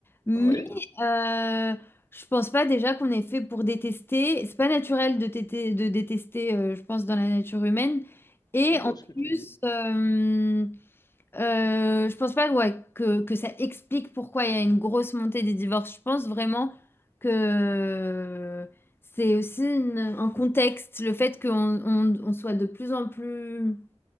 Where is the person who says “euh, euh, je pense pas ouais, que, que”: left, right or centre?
Left